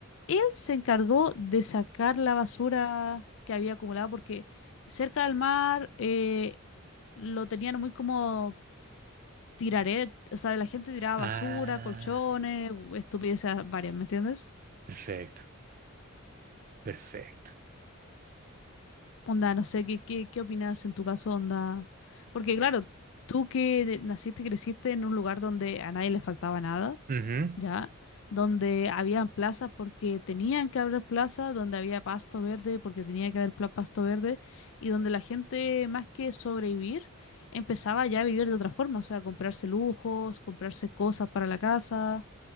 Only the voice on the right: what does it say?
Ah,
perfecto, perfecto.
Ujú,